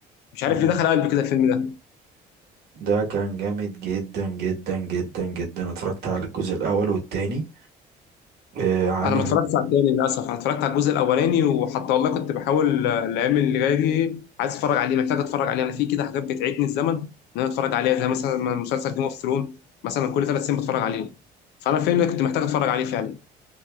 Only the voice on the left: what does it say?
مش عارف
ليه دخل قلبي كده الفيلم ده
انا ما اتفرجتش على التاني للاسف انا اتفرجت على الجزء الاولاني وحتى والله كنت بحاول آه، الايام اللي جايه دي عايز اتفرج عليه محتاج اتفرج عليه انا في كده حاجات بتعيدني الزمن ان انا اتفرج عليها زي مثلا مسلسل جيم اوف ثرون مثلا كل ثلاث سنين بتفرج عليه فانا الفيلم ده كنت محتاج اتفرج عليه فعلا